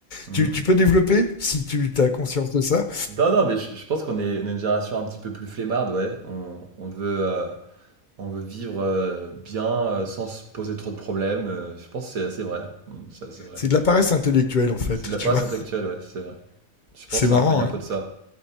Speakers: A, on the right (about 90°); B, on the left (about 40°).
A: Mhm.
B: Tu, tu peux développer, si tu as conscience de ça.
A: Non, non, mais je, je pense qu'on est, on est une génération un petit peu plus flemmarde, ouais. On, on veut, euh, on veut vivre euh, bien, euh, sans se poser trop de problèmes. euh, je pense que c'est assez vrai. Mm, C'est assez vrai.
B: C'est de la paresse intellectuelle, en fait,
A: C'est de la
B: tu
A: paresse
B: vois.
A: actuelle, ouais, c'est vrai. Je pense
B: C'est marrant,
A: qu'il y a
B: hein.
A: un peu de ça.